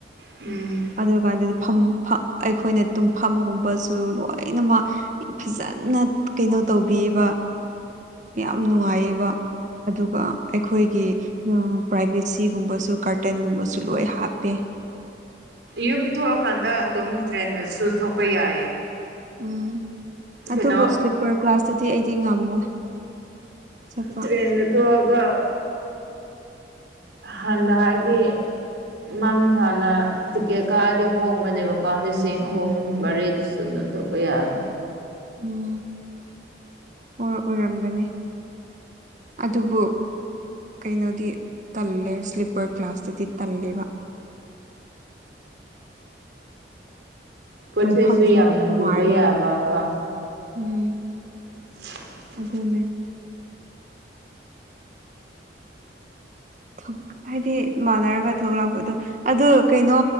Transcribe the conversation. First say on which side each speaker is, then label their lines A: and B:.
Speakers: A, on the right (about 75°); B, on the right (about 40°).
A: ꯎꯝ
B: ꯑꯗꯨꯀꯥꯟꯗꯗꯤ ꯐꯝ ꯐꯛ ꯑꯩꯈꯣꯏꯅ ꯇꯨꯝꯐꯝꯒꯨꯝꯕꯁꯨ ꯂꯣꯏꯅꯃꯛ ꯌꯝ ꯐꯖꯥꯟꯅ ꯀꯩꯅꯣ ꯇꯧꯕꯤꯌꯦꯕ꯫ ꯌꯥꯝ ꯅꯨꯡꯉꯥꯏꯌꯦꯕ ꯑꯗꯨꯒ ꯑꯩꯈꯣꯏꯒꯤ ꯎ ꯄ꯭ꯔꯥꯏꯚꯦꯠꯁꯤꯒꯨꯝꯕꯁꯨ ꯀꯥꯔꯇꯦꯟꯒꯨꯝꯕꯁꯨ ꯂꯣꯏ ꯍꯥꯞꯄꯦ꯫
A: ꯌꯨꯝ ꯊꯣꯛꯑꯀꯥꯟꯗ ꯑꯗꯨꯝ ꯇ꯭ꯔꯦꯟꯗꯁꯨ ꯊꯣꯛꯄ ꯌꯥꯏꯌꯦ꯫
B: ꯎꯝ
A: ꯀꯩꯅꯣ
B: ꯑꯗꯨꯕꯨ ꯏꯁ꯭ꯂꯤꯞꯄꯔ ꯀ꯭ꯂꯥꯁꯇꯗꯤ ꯑꯩꯗꯤ ꯉꯝꯃꯣꯏ꯫ ꯆꯠꯄ
A: ꯇ꯭ꯔꯦꯅꯗ ꯊꯣꯛꯑꯒ ꯍꯟꯅ ꯍꯥꯏꯗꯤ ꯃꯥꯡ ꯊꯥꯅ ꯇꯤꯀꯦꯠ ꯀꯥꯛꯑꯗꯤ ꯍꯣꯡꯕꯅꯦꯕꯀꯣ ꯂꯤꯁꯤꯡ ꯑꯍꯨꯝ ꯃꯔꯤꯁꯨ ꯑꯗꯨꯝ ꯊꯣꯛꯄ ꯌꯥꯅꯤ꯫
B: ꯎꯝ꯫ ꯑꯣ ꯑꯣꯏꯔꯝꯒꯅꯤ ꯑꯗꯨꯕꯨ ꯀꯩꯅꯣꯗꯤ ꯇꯜꯂꯦ ꯁ꯭ꯂꯤꯞꯄꯔ ꯀ꯭ꯂꯥꯁꯇꯗꯤ ꯇꯜꯂꯦꯕ꯫
A: ꯄꯣꯠ
B: ꯇꯨꯝꯐꯝꯁꯨ
A: ꯆꯩꯩꯁꯨ ꯌꯥꯝꯅ
B: ꯅꯨꯡꯉꯥꯏꯔꯣꯏ
A: ꯄꯨꯕ ꯌꯥꯕ ꯀꯣ꯫
B: ꯎꯝ꯫
A: <inaudible>
B: ꯑꯗꯨꯅꯦ꯫ ꯊꯨꯛ ꯍꯥꯏꯗꯤ ꯃꯥꯟꯅꯔꯒ ꯊꯣꯛꯂꯥꯛꯄꯗꯣ ꯑꯗꯨ ꯀꯩꯅꯣ